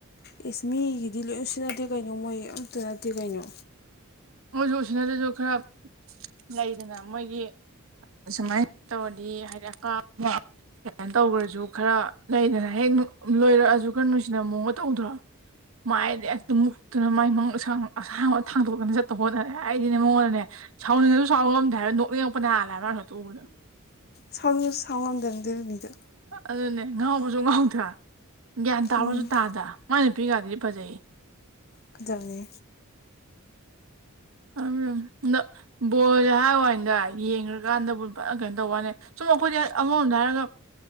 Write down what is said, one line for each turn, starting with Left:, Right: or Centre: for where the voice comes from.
Left: ꯑꯦꯁ ꯃꯤꯒꯤꯗꯤ ꯂꯣꯏ ꯁꯤ ꯅꯠꯇꯦ ꯀꯩꯅꯣ ꯃꯣꯏ ꯑꯝꯇ ꯅꯠꯇꯦ ꯀꯩꯅꯣ
Right: ꯍꯧꯖꯣꯛꯁꯤꯅꯗꯁꯨ ꯈꯔ ꯂꯩꯗꯅ ꯃꯣꯏꯒꯤ ꯑꯃꯥꯏꯅ ꯇꯧꯔꯗꯤ ꯍꯥꯏꯗꯤꯞ ꯀꯃꯥꯏꯅ ꯇꯧꯈ꯭ꯔꯁꯨ ꯈꯔ ꯂꯩꯗꯅ ꯍꯦꯛ ꯂꯣꯏꯔꯛꯑꯁꯨ ꯈꯔ ꯅꯨꯡꯁꯤꯅ ꯃꯑꯣꯡꯕ ꯇꯧꯗ꯭ꯔꯣ ꯃꯥꯏꯗꯤ ꯑꯗꯨꯝ ꯎꯠꯇꯨꯅ ꯃꯥꯏ ꯃ ꯑꯁꯥꯡ ꯑꯁꯥꯡꯕ ꯊꯥꯡꯗꯣꯛꯇꯅ ꯆꯠ ꯇꯧ ꯍꯣꯠꯔꯦ ꯑꯩꯗꯤꯅꯦ ꯃꯉꯣꯟꯗꯅꯦ ꯁꯥꯎꯅꯤꯡꯉꯁꯨ ꯁꯥꯎ ꯉꯝꯗ ꯍꯥꯏꯕꯔ ꯅꯣꯛ ꯂꯡꯉꯛꯄ ꯅ ꯍꯥꯜꯂꯦꯕ꯭ꯔꯥ ꯅꯣ ꯇꯨꯕꯗꯣ
Left: ꯁꯥꯎꯅꯤꯡꯁꯨꯁꯨ ꯁꯥꯎꯂꯝꯗꯪꯗ ꯃꯤꯗ
Right: ꯑꯗꯨꯅꯦ ꯉꯥꯎꯕꯁꯨ ꯉꯥꯎꯗ꯭ꯔꯥ ꯒ꯭ꯌꯥꯟ ꯇꯥꯕꯁꯨ
Left: ꯎꯝ
Right: ꯇꯥꯗ ꯃꯣꯏ ꯅꯨꯄꯤ ꯀꯔꯗꯗꯤ ꯐꯖꯩꯌꯦ
Left: ꯀꯖꯅꯦ
Right: ꯎꯝ ꯅ ꯕꯣꯜꯁꯦ ꯍꯥꯏꯌꯨꯏꯗ ꯌꯦꯡꯉ꯭ꯔꯀꯥꯟꯗꯕꯨ ꯐꯖꯅ ꯀꯩꯅꯣ ꯇꯧꯕꯅꯤ ꯁꯨꯝ ꯑꯩꯈꯣꯏꯗꯤ ꯑꯃꯃꯣꯝꯗ ꯍꯥꯏꯔꯒ